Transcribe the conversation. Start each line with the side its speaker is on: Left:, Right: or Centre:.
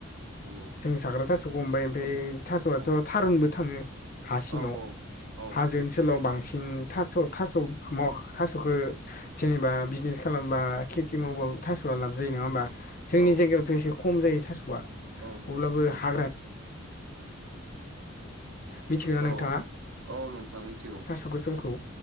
Right: नंगौ।
Left: जों साग्रा थास'खौ हमबाय ओमफ्राय थास'आथ
Right: औ
Left: थारुनबो थाङो हा सिङाव।
Right: औ औ
Left: हाजो ओ सोलाव बांसिन थास' थास' खो थास'खौ जेनेबा बिजनेस खालामबा खेथि मावबाबो थास'आ लाब जायो। नङा होमबा? जोंनि
Right: औ
Left: जायगायावथ एसे खम जायो थास'आ अब्लाबो
Right: औ
Left: हाग्रा मिथिगोना
Right: औ
Left: नोंथाङा?
Right: औ नोंथां मिथिगौ
Left: थास' गोसोमखौ।